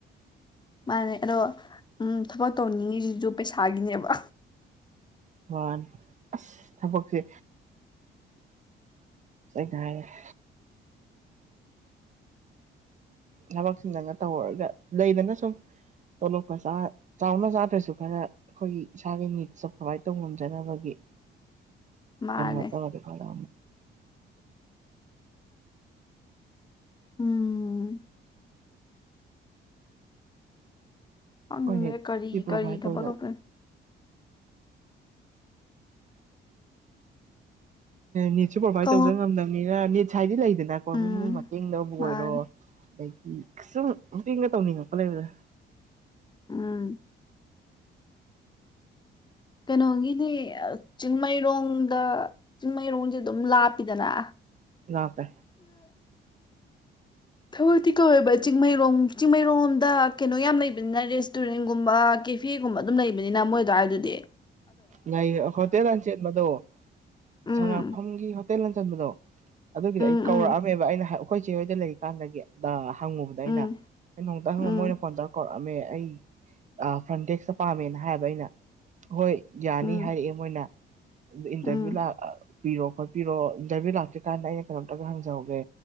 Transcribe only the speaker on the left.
ꯃꯥꯅꯦ ꯑꯗꯣ ꯎꯝ ꯊꯕꯛ ꯇꯧꯅꯤꯡꯉꯤꯁꯤꯁꯨ ꯄꯩꯁꯥꯒꯤꯅꯦꯕ
ꯃꯥꯅꯦ
ꯎꯝ ꯑꯪ
ꯀꯔꯤ
ꯀꯔꯤ ꯈꯄ
ꯅꯦ
ꯀꯣ
ꯎꯝ
ꯃꯥꯅꯦ
ꯎꯝ ꯀꯩꯅꯣꯒꯤꯅꯦ ꯆꯤꯡꯃꯩꯔꯣꯡꯗ ꯆꯤꯡꯃꯩꯔꯣꯡꯁꯦ ꯑꯗꯨꯝ ꯂꯥꯞꯄꯤꯗꯅ ꯑ
ꯊꯕꯛꯇꯤ ꯀꯧꯕ ꯆꯤꯡꯃꯩꯔꯣꯡ ꯆꯤꯡꯃꯩꯔꯣꯡꯣꯝꯗ ꯀꯩꯅꯣ ꯌꯥꯝ ꯂꯩꯕꯅꯤꯅ ꯔꯦꯁꯇꯨꯔꯦꯟꯒꯨꯝꯕ ꯀꯦꯐꯤꯒꯨꯝꯕ ꯑꯗꯨꯝ ꯂꯩꯕꯅꯤꯅ ꯃꯣꯏꯗꯣ ꯍꯥꯏꯗꯨꯗꯤ
ꯎꯝ
ꯎꯝ
ꯎꯝ
ꯎꯝ
ꯎꯝ
ꯎꯝ
ꯎꯝ